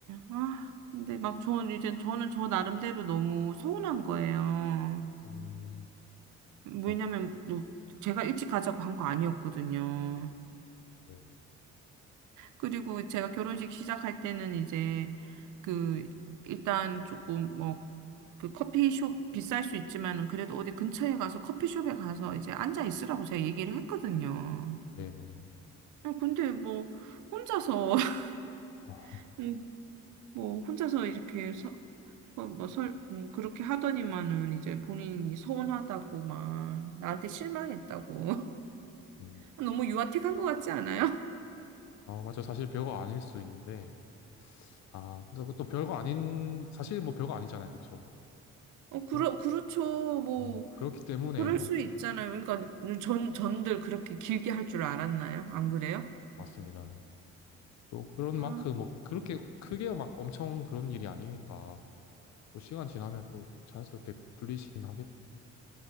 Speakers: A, on the right (about 80°); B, on the left (about 65°).
A: 아, 근데 막 저는 이제 저는 저 나름대로 너무 서운한 거예요.
B: 음,
A: 왜냐면
B: 그쵸.
A: 뭐 제가 일찍 가자고 한 거 아니었거든요.
B: 네.
A: 그리고 제가 결혼식 시작할 때는 이제 그 일단 조금 뭐 그 커피숍 비쌀 수 있지만은 그래도 어디 근처에 가서 커피숍에 가서 이제 앉아 있으라고 제가 얘기를 했거든요.
B: 네네.
A: 아, 근데 뭐 혼자서 <laughs>
B: 아,
A: 음, 뭐 혼자서 이렇게 서 어, 뭐 설, 음, 그렇게 하더니만은 이제 본인이 서운하다고 막 나한테 실망했다고 <laughs>
B: 음.
A: 너무 유아틱한 것 같지 않아요?
B: 아, 맞죠. 사실 별거 아닐 수 있는데. 아, 근데 그것도 별거 아닌, 사실 뭐 별거 아니잖아요. 그쵸.
A: <laughs> 어,
B: 그렇,
A: 그러, 그렇죠. 뭐
B: 음, 그렇기 때문에
A: 뭐 그럴
B: 뭐,
A: 수 있잖아요. 그러니까 전 전들 그렇게 길게 할 줄 알았나요? 안 그래요?
B: 맞습니다. 네. 또 그런
A: 아,
B: 만큼 뭐 그렇게 크게 막 엄청 그런 일이 아니니까. 또 시간 지나면 또 자연스럽게 풀리시긴 하겠는데